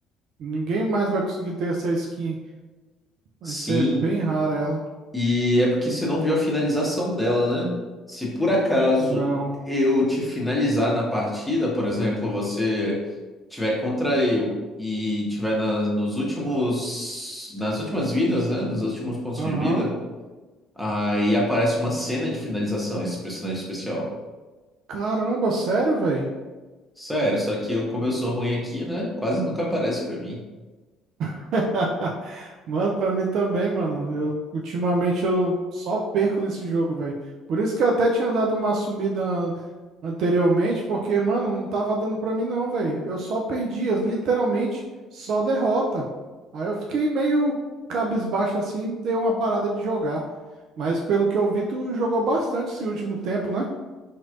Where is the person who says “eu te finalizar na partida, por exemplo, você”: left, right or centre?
Centre